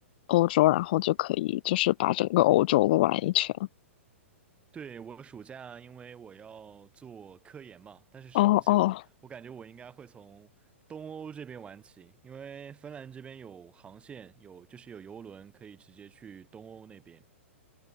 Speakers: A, on the left (about 45°); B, on the right (about 15°).
A: 欧洲，然后就可以就是把整个欧洲都玩一圈？
B: 对，我暑假因为我要做科研嘛，但是双休，
A: 哦哦，
B: 我感觉我应该会从东欧这边玩起，因为芬兰这边有航线，有就是有游轮可以直接去东欧那边。